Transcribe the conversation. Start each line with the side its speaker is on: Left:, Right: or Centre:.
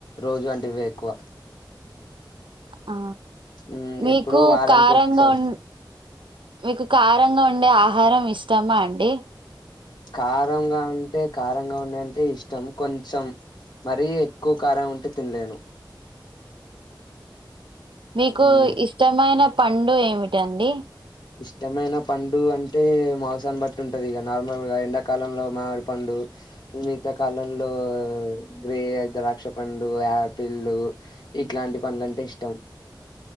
Left: రోజు అంటే ఇవే ఎక్కువ
Right: ఆ
Left: మ్మ్
Right: మీకు
Left: ఎప్పుడో వారానికి
Right: కారంగా
Left: ఒకసారి
Right: ఉన్ మీకు కారంగా ఉండే ఆహారం ఇష్టమా అండి
Left: కారంగా అంటే కారంగా ఉండంటే ఇష్టం కొంచెం మరీ ఎక్కువ కారం ఉంటే తినలేను
Right: మీకు
Left: మ్మ్
Right: ఇష్టమైన పండు ఏమిటండి
Left: ఇష్టమైన పండు అంటే మసాన్ని బట్టి ఉంటది ఇక నార్మల్ గా ఎండాకాలంలో మామిడి పండు మిగతా కాలంలో గ్రే ద్రాక్ష పండు ఆపిల్లు ఇట్లాంటి పండ్లులంటే ఇష్టం